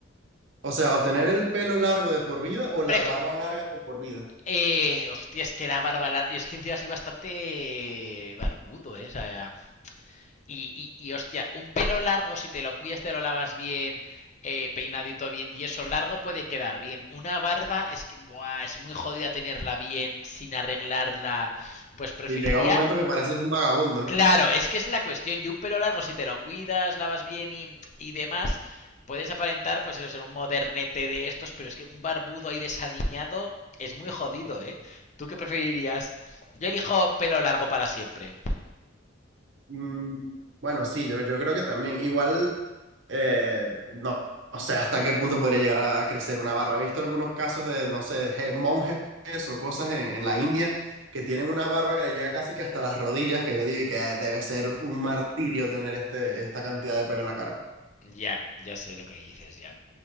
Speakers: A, on the right (about 65°); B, on the left (about 35°).
A: O sea, o tener el pelo largo de por vida o la
B: Prefe
A: barba larga de por vida.
B: eh, hostia, es que la barba... la- Y es que encima así bastante barbudo, ¿eh? O sea, Y, y, y, hostia, un pelo largo, si te lo cuidas, te lo lavas bien, eh, peinadito bien y eso largo puede quedar bien. Una barba es que buah, es muy jodida tenerla bien sin arreglarla. Pues preferiría...
A: Y llega un momento que pareces un vagabundo,
B: Claro,
A: ¿no?
B: es que es la cuestión. Y un pelo largo, si te lo cuidas, lavas bien y, y demás, puedes aparentar, pues eso, ser un modernete de estos, pero es que un barbudo ahí desaliñado es muy jodido, ¿eh? ¿Tú qué preferirías? Yo elijo pelo largo para siempre.
A: Mm, bueno, sí, yo, yo creo que también. Igual, eh, no, no sé hasta qué punto podría llegar a crecer una barba. He visto algunos casos de, no sé, je- monjes o cosas en, en la India que tienen una barba que le llega casi que hasta las rodillas, que yo digo que debe ser un martirio tener este, esta cantidad de pelo en la cara.
B: Ya, ya sé lo que dices, ya.